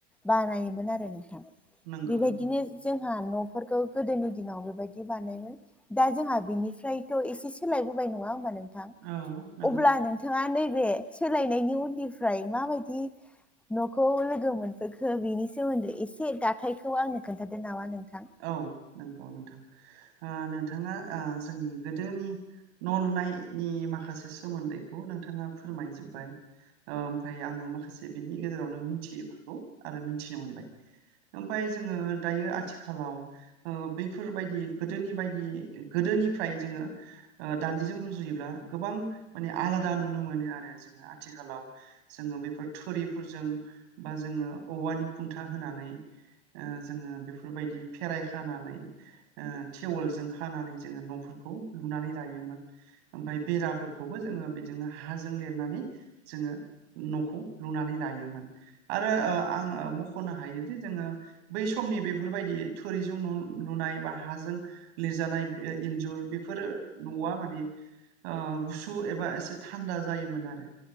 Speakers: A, in the centre; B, on the right (about 55°).
A: बानायोमोन आरो नोंथां
B: नंगौ
A: बेबायदिनो
B: नंगौ
A: जोंहा न'फोरखौ गोदोनि दिनाव बेबायदि बानायोमोन दा जोंहा बिनिफ्राय थ' एसे सोलायबोबाय नङा होमबा नोंथां
B: औ नंगौ
A: अब्ला नों थाङा नैबे सोलायनायनि उननिफ्राय माबायदि न'खौ लोगो मोनफैखो बिनि सोमोन्दै एसे दाथायखौ आंनो खोन्थादो नामा नोंथां
B: औ नंगौ नोंथां आ नोंथाङा ओ जोंनि गोदोनि न' नुनायनि माखासे सोमोन्दैखौ नोंथाङा फोरमाय जोब्बाय ओमफाय आङो माखासे बिनि गेजेरावनो मिथियैफोरखौ आरो मिथिनो मोनबाय ओमफाय जोङो दायो आथि खालाव बैफोरबायदि गोदोनि बायदि गोदोनिफ्राय जोङो ओ दाननिजों रुजुयोब्ला गोबां माने आलादा नुनो मोनो आरो जोङो आथिखालाव जोङो बेफोर थुरिफोरजों बा जोङो औवानि खुन्था होनानै ओ जोङो बेफोरबायदि फेराय खानानै ओ थेवलजों खानानै जोङो न'फोरखौ लुनानै लायोमोन ओमफ्राय बेराफोरखौबो जोङो बिदिनो हाजों लिरनानै जोङो न'खौ लुनानै लायोमोन आरो आं खनो हायोदि जोङो बै समनि बेफोरबायदि थुरिजों लुनाय बा हाजों लिरजानाय इन्जुर बेफोरो न'आ माने गुसु एबा एसे थान्दा जायोमोन आरो।